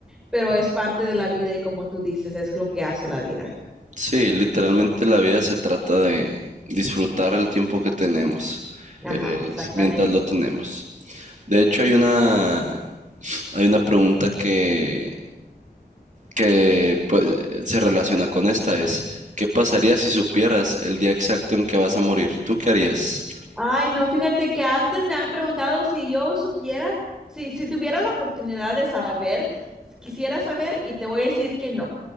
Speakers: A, in the centre; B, on the right.
A: pero es parte de la vida y como tú dices, es lo que hace la vida.
B: Sí, literalmente la vida se trata de disfrutar el tiempo que tenemos,
A: Ajá,
B: eh,
A: exactamente.
B: mientras lo tenemos. De hecho, hay una, hay una pregunta que, que pues, se relaciona con esta, es, ¿qué pasaría si supieras el día exacto en que vas a morir? ¿Tú qué harías?
A: Ay, no, fíjate que antes me han preguntado si yo supiera, si, si tuviera la oportunidad de saber, quisiera saber y te voy a decir que no.